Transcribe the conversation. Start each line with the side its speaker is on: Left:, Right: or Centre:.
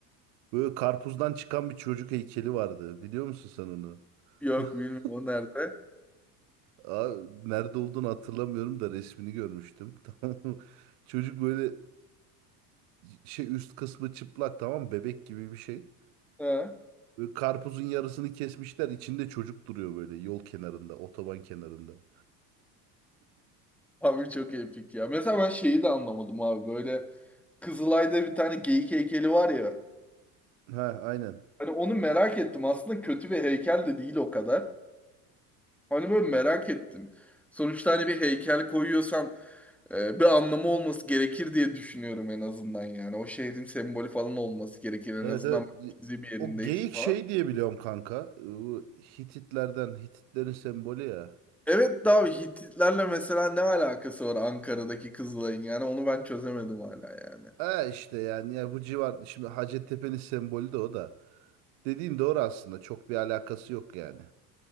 Right: Böyle karpuzdan çıkan bir çocuk heykeli vardı. Biliyor musun sen onu?
Centre: Yok
Right: <laughs>
Centre: bilmiyorum o nerede.
Right: Aa, nerede olduğunu hatırlamıyorum da resmini görmüştüm. <laughs> Tamam. mı? Çocuk böyle şey üst kısmı çıplak tamam mı? bebek gibi bir şey.
Centre: He.
Right: Böyle karpuzun yarısını kesmişler. içinde çocuk duruyor böyle yol kenarında, otoban kenarında. <laughs>
Centre: Abi çok epik ya. Mesela ben şeyi de anlamadım abi. Böyle Kızılay'da bir tane geyik heykeli var ya.
Right: Ha aynen.
Centre: Hani onu merak ettim. Aslında kötü bir heykel de değil o kadar. Hani böyle merak ettim. Sonuçta hani bir heykel koyuyorsan e, bir anlamı olması gerekir diye düşünüyorum en azından yani. O şehrin sembolü falan olması gerekir en
Right: Evet,
Centre: azından
Right: evet.
Centre: bizi bir yerindeyiz
Right: O geyik
Centre: falan.
Right: şey diye biliyorum kanka. Bu Hititlerden, Hititlerin sembolü ya.
Centre: Evet daha Hititlerle mesela ne alakası var Ankara'daki Kızılay'ın yani onu ben çözemedim hala yani.
Right: E işte yani ya bu civar şimdi Hacettepe'nin sembolü de o da. Dediğin doğru aslında. Çok bir alakası yok yani.